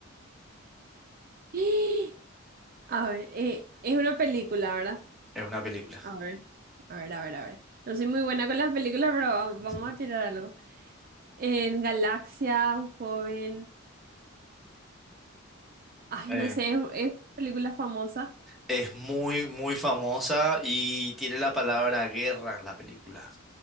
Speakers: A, on the right; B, in the centre.
A: ¡Ah! A ver, eh, es una película, ¿verdad?
B: Es una película.
A: A ver, a ver, a ver, a ver. No soy muy buena con las películas, pero va- vamos
B: <laughs>
A: a tirar algo. En Galaxia, un joven. Ay,
B: Eh,
A: no sé, es, es una película famosa.
B: es muy, muy famosa y tiene la palabra guerra en la película.